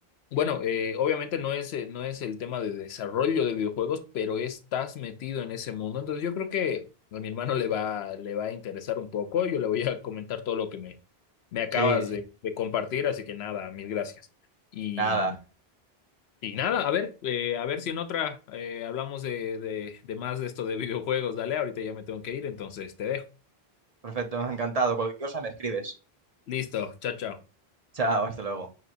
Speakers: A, on the left (about 80°); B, on the right (about 45°).
A: Bueno, eh, obviamente no es, eh, no es el tema de desarrollo de videojuegos, pero estás metido en ese mundo. Entonces yo creo que a mi hermano le va, le va a interesar un poco. Yo le voy a comentar todo lo que me, me acabas
B: Sí,
A: de, de compartir. Así que nada, mil gracias. Y,
B: nada.
A: y nada, a ver, eh, a ver si en otra eh, hablamos de, de, de más de esto de videojuegos. Dale, ahorita ya me tengo que ir, entonces te dejo.
B: Perfecto, encantado. Cualquier cosa me escribes.
A: Listo, chao, chao.
B: Chao, hasta luego.